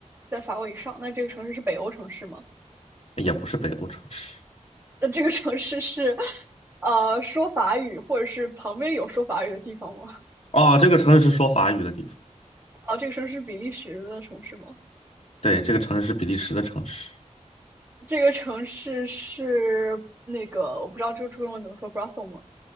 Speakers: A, on the right; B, on the left.
A: 在法国以上？那这个城市是北欧城市吗？
B: 也不是北欧城市。
A: 那这个城市是呃说法语，或者是旁边有说法语的地方吗？
B: 哦，这个城市是说法语的地方。
A: 哦，这个城市是比利时的城市吗？
B: 对，这个城市是比利时的城市。
A: 这个城市是那个我不知道这个中文怎么说，Brussels 吗